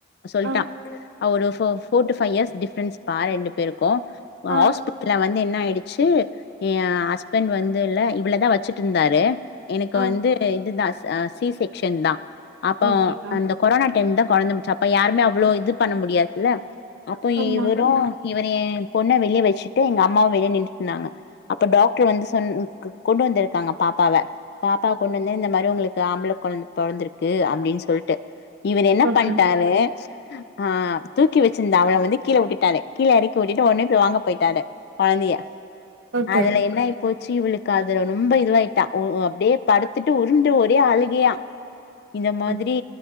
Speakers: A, on the left; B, on the right.
A: சொல்ட்டா
B: ஆ
A: அவ ஒரு ஃபோ four two five years difference பா ரெண்டு பேருக்கு நா
B: ஆ
A: ஹாஸ்பிட்டல வந்தேன் ஆயிடுச்சு என் ஹஸ்பண்ட் வந்து இல்லே இவ்ளத வச்சிட்டு இருந்தாரு எனக்கு
B: ஆ
A: வந்து இதுதா சி செக்சன் தா அப்போ
B: ஓகேக்கா
A: அந்த கொரோனா டைம் தா குழந்த முடிச்ச அப்ப யாருமே அவ்ளோ இது பண்ண முடியாதுல்ல அப்ப
B: ஆமா
A: ஈ வ் இவரு ஏ பொண்ணே வெளியே வச்சுட்டு எங்க அம்மாவும் வெளியே நின்னுட்டு இருந்தாங்க அப்ப டாக்டர் வந்து சொன் கொண்டு வந்திருக்காங்க பாப்பாவ பாப்பாவ கொண்டு வந்து இந்த மாரி உங்களுக்கு ஆம்பள குழந்த பொறந்திருக்கு அப்டின்னு சொல்ட்டு இவர் என்ன
B: ஓகே
A: பண்ட்டாரு ஆஹ் தூக்கி வச்சிருந்த அவள வந்து கீழே உட்டுட் விட்டாரு கீழே இறக்கி உட்டுட்டு உடனே போய் வாங்க போயிட்டாரு குழந்தய
B: ஓகே
A: அதுல என்ன இப்போ சீ இவளுக்கு அதுல ரொம்ப இதுவாயிட்டா ஒஹ் அப்டியே படுத்துட்டு உருண்டு ஒரே அழுகையா இந்த மாதிரி
B: அம்.